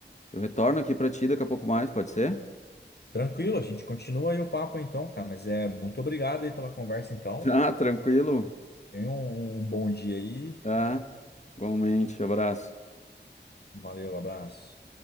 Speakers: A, on the left; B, on the left.
A: eu retorno aqui pra ti daqui a pouco mais, pode ser?
B: Tranquilo, a gente continua aí o papo então, cara. Mas é muito obrigado aí pela conversa então.
A: Tá, tranquilo.
B: Tenha um, um bom dia aí.
A: Tá? Igualmente, abraço.
B: Valeu, abraço.